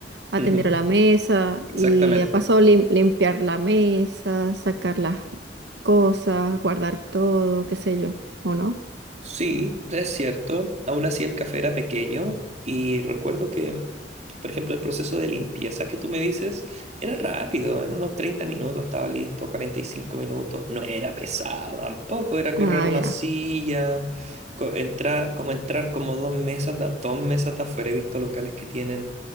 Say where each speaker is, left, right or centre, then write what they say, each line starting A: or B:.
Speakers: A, on the right; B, on the right.
A: atender
B: <laughs>
A: a la mesa
B: Exactamente.
A: y de paso lim- limpiar la mesa, sacar las cosas, guardar todo, qué sé yo, ¿o no?
B: Sí, es cierto. Aún así el café era pequeño y recuerdo que, por ejemplo, el proceso de limpieza que tú me dices era rápido. En unos 30 minutos estaba listo, Cuarenta y cinco minutos. No era pesado tampoco, era correr
A: Ah,
B: una
A: ya.
B: silla, co- entrar, como entrar como dos mesas, de- dos mesas de afuera. He visto locales que tienen